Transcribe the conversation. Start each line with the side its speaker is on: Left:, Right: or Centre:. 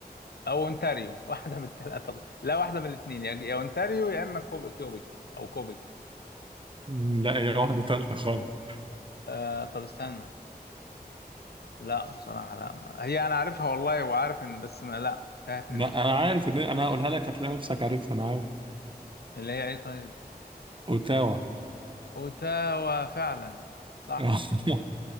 Left: أو أونتاريو <laughs> واحدة من الثلاثة لا واحدة من الاثنين يا يا أونتاريو يا إما كوب- كيوبيك أو كوبيك
Right: مم، لا هي واحدة تالتة خالص
Left: آه طب استنى لا بصراحة لا ما. هي أنا عارفها والله وعارف إن بس ما لا تاهت
Right: ما
Left: مني
Right: انا عارف ان انا هقولها لك هتلاقي نفسك عارفها انا عارف
Left: اللي هي إيه طيب
Right: اوتاوا
Left: أوتاوا فعلا صح
Right: <laughs>